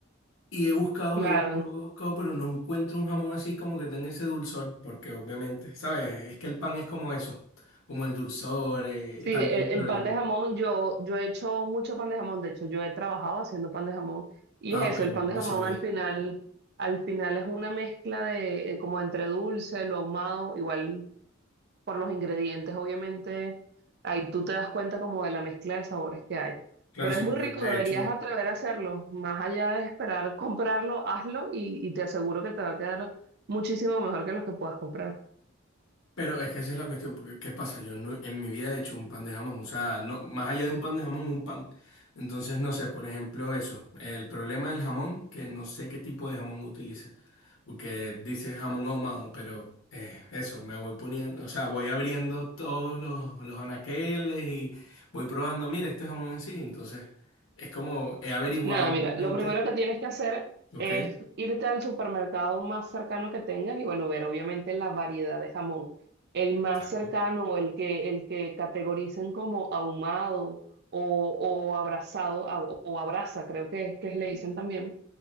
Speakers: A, on the left (about 85°); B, on the right (about 55°).
A: Y he buscado,
B: claro.
A: he buscado, he buscado, pero no encuentro un jamón así como que tenga ese dulzor, porque obviamente, ¿sabes? Es que el pan es como eso, como el dulzor, eh,
B: Sí,
A: también
B: el,
A: el problema.
B: el pan de jamón, yo, yo he hecho mucho pan de jamón, de hecho yo he trabajado haciendo pan de jamón y
A: Ah,
B: es
A: ok,
B: eso,
A: no,
B: el pan
A: no
B: de jamón
A: sabía.
B: al final, al final es una mezcla de eh, como entre dulce, lo ahumado, igual por los ingredientes, obviamente, ahí tú te das cuenta como de la mezcla de sabores que hay.
A: Claro,
B: Pero
A: sí,
B: es muy
A: porque
B: rico,
A: de
B: deberías
A: hecho,
B: atrever a hacerlo, más allá de esperar comprarlo, hazlo y, y te aseguro que te va a quedar muchísimo mejor que los que puedas comprar.
A: Pero es que esa es la cuestión, porque ¿qué pasa? Yo no, en mi vida he hecho un pan de jamón, o sea, no, más allá de un pan de jamón, un pan. Entonces, no sé, por ejemplo, eso, el problema del jamón, que no sé qué tipo de jamón utilice, porque dice jamón ahumado, pero eh, eso, me voy poniendo, o sea, voy abriendo todos los, los anaqueles y voy probando, mira, este jamón así, entonces, es como he averiguado,
B: Nada,
A: obviamente,
B: mira, lo primero que tienes que hacer
A: ¿ok?
B: es irte al supermercado más cercano que tengas y bueno, ver obviamente la variedad de jamón. El más
A: Exacto.
B: cercano o el que, el que categoricen como ahumado o, o abrazado a- o abraza, creo que, es- que le dicen también,